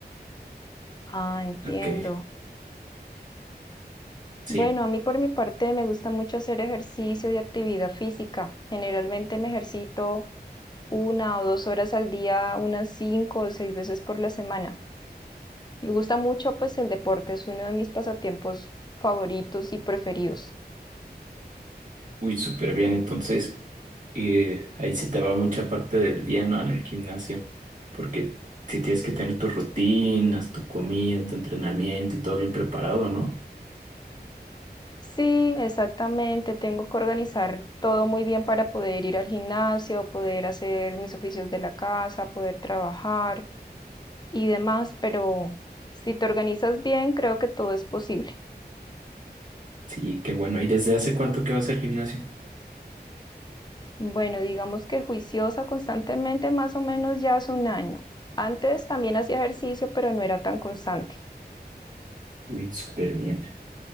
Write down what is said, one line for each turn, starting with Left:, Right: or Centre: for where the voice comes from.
Left: Ah, entiendo.
Right: Ok, sí,
Left: Bueno, a mí por mi parte me gusta mucho hacer ejercicio y actividad física. Generalmente me ejercito una o dos horas al día, unas cinco o seis veces por la semana. Me gusta mucho, pues el deporte es uno de mis pasatiempos favoritos y preferidos.
Right: uy, súper bien. Entonces, eh, ahí se te va mucha parte del día, ¿no? En el gimnasio, porque si tienes que tener tus rutinas, tu comida, tu entrenamiento y todo bien preparado, ¿no?
Left: Sí, exactamente. Tengo que organizar todo muy bien para poder ir al gimnasio, poder hacer mis oficios de la casa, poder trabajar y demás, pero si te organizas bien, creo que todo es posible.
Right: Sí, qué bueno. ¿Y desde hace cuánto que vas al gimnasio?
Left: Bueno, digamos que juiciosa constantemente, más o menos ya hace un año. Antes también hacía ejercicio, pero no era tan constante.
Right: Uy, súper bien.